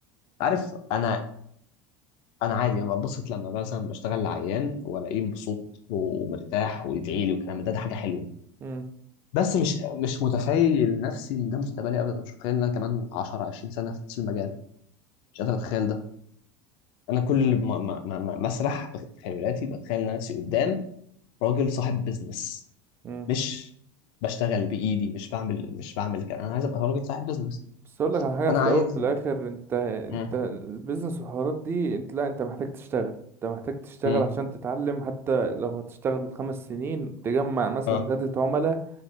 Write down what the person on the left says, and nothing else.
عارف انا انا عادي انا ببسط لما مثلا بشتغل لعيان والاقيه مبسوط ومرتاح ويدعي لي والكلام ده ده حاجه حلوه
بس مش مش متخيل نفسي ان ده مستقبلي ابدا مش متخيل ان انا كمان 10 20 سنه في نفس المجال مش قادر اتخيل ده انا كل ما ما ما ما- مسرح بخيالاتي بتخيل نفسي قدام راجل صاحب بيزنس
مش بشتغل بايدي مش بعمل مش بعمل كده انا عايز ابقى راجل صاحب بيزنس
فانا
عايز
امم
امم
اه